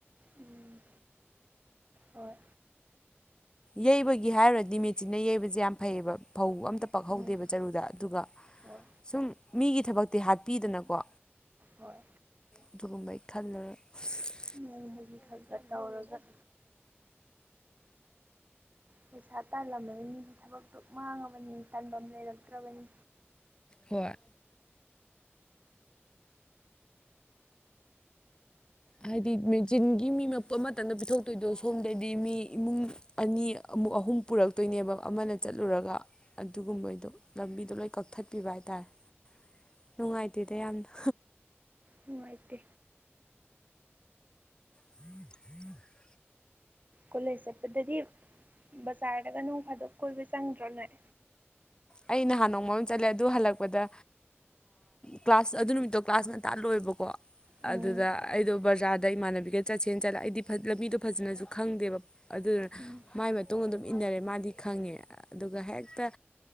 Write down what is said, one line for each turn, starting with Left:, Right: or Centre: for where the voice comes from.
Right: ꯎꯝ ꯍꯣꯏ
Left: ꯌꯩꯕꯒꯤ ꯍꯥꯏꯔꯨꯔꯗꯤ ꯃꯦꯠꯆꯤꯟꯅ ꯌꯩꯕꯁꯦ ꯌꯥꯝ ꯐꯩꯑꯌꯦꯕ ꯐꯧ ꯑꯝꯇ ꯄꯛꯍꯧꯗꯦꯕ
Right: ꯎꯝ
Left: ꯆꯔꯨꯗ ꯑꯗꯨꯒ
Right: ꯍꯣꯏ
Left: ꯁꯨꯝ ꯃꯤꯒꯤ ꯊꯕꯛꯇꯤ ꯍꯥꯠꯄꯤꯗꯅꯀꯣ
Right: ꯍꯣꯏ
Left: ꯑꯗꯨꯒꯨꯝꯕꯩ ꯈꯜꯂ <unintelligible>
Right: ꯎ ꯍꯧꯖꯤꯛ ꯈꯛꯇ ꯇꯧꯔꯒꯠ ꯄꯩꯁꯥ ꯇꯥꯜꯂꯝꯂꯅꯤ ꯊꯕꯛꯇꯣ ꯃꯥꯡꯉꯕꯅꯤ ꯇꯥꯟꯐꯝ ꯂꯩꯔꯛꯇ꯭ꯔꯕꯅꯤ
Left: ꯍꯣꯏ ꯍꯥꯏꯗꯤ ꯃꯦꯆꯤꯟꯒꯤ ꯃꯤ <unintelligible> ꯑꯃꯇꯅ ꯄꯤꯊꯣꯛꯇꯣꯏꯗꯣ ꯁꯣꯝꯗꯗꯤ ꯃꯤ ꯏꯃꯨꯡ ꯑꯅꯤ ꯑꯃꯨꯛ ꯑꯍꯨꯝ ꯄꯨꯔꯛꯇꯣꯏꯅꯦꯕ ꯑꯃꯅ ꯆꯠꯂꯨꯔꯒ ꯑꯗꯨꯒꯨꯝꯕꯩꯗꯣ ꯂꯝꯕꯤꯗꯣ ꯂꯣꯏ ꯀꯛꯊꯠꯄꯤꯕ ꯍꯥꯏꯇꯥꯔꯦ ꯅꯨꯡꯉꯥꯏꯇꯦꯗ ꯌꯥꯝꯅ
Right: ꯅꯨꯡꯉꯥꯏꯇꯦ
Left: <inaudible>
Right: ꯀꯣꯂꯦꯖ ꯆꯠꯄꯗꯗꯤ ꯕꯖꯥꯔꯗꯒ ꯅꯣꯡ ꯐꯥꯗꯣꯛ ꯀꯣꯏꯕ ꯆꯪꯗ꯭ꯔꯅꯣꯏ
Left: ꯑꯩ ꯅꯍꯥꯟ ꯅꯣꯡꯃ ꯑꯃ ꯆꯠꯂꯦ ꯑꯗꯨ ꯍꯜꯂꯛꯄꯗ ꯀ꯭ꯂꯥꯁ ꯑꯗꯨ ꯅꯨꯃꯤꯠꯇꯣ ꯀ꯭ꯂꯥꯁ ꯉꯟꯇ ꯇꯥꯜꯂꯣꯏꯕꯀꯣ
Right: ꯎꯝ
Left: ꯑꯗꯨꯗ ꯑꯩꯗꯣ ꯕꯖꯥꯔꯗ ꯏꯃꯥꯟꯅꯕꯤꯒ ꯆꯠꯁꯦꯅ ꯆꯠꯂ ꯑꯩꯗꯤ ꯂꯝꯕꯤꯗꯣ ꯐꯖꯅꯁꯨ ꯈꯪꯗꯦꯕ ꯑꯗꯨ
Right: ꯎꯝ
Left: ꯃꯥꯏ ꯃꯇꯨꯡꯗ ꯑꯗꯨꯝ ꯏꯟꯅꯔꯦ ꯃꯥꯗꯤ ꯈꯪꯉꯦ ꯑꯗꯨꯒ ꯍꯦꯛꯇ